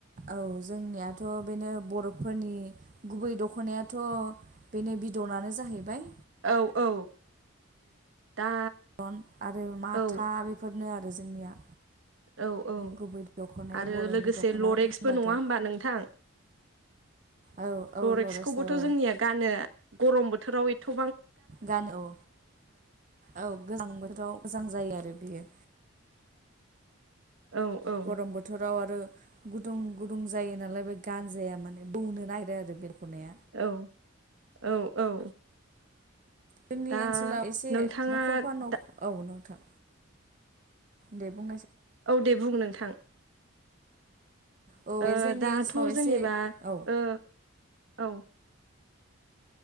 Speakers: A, on the right; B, on the right.
A: औ जोंनियाथ' बेनो बर'फोरनि गुबै दख'नायाथ' बेनो बिदनानो जाहैबाय
B: औ औ दा।
A: न आरो माथा
B: औ
A: बेफोर हरनो आरो जोंनिया
B: औ औ
A: गुबै दख'नाया
B: आरो
A: बर'नि
B: लोगोसे
A: दख'ना
B: लरेक्सबो
A: बुंबाथाय
B: नङा होमबा नोंथां
A: औ औ
B: लरेक्सखौबोथ'
A: लरेन्सआबो
B: जोंनिया गानो गरम बोथोराव एथ'
A: गानो औ औ गोजां बोथोराव गोजां जायो आरो बेयो
B: औ औ
A: गरम बोथोराव आरो। आरो गुदुं गुदुं जायो नालाय बे गानजाया माने बौनो नागिरो आरो बेरख'नाया
B: औ औ औ।
A: जोंनि
B: दा
A: ओनसोलाव एसे
B: नोंथाङा
A: न'खरफा'
B: दा
A: औ नोंथां। दे बुं
B: औ दे बुं नोंथां।
A: औ
B: ओ
A: बे जोंनि
B: दाथ'
A: ओनसोलाव एसे
B: जेनेबा
A: औ
B: ओ। औ।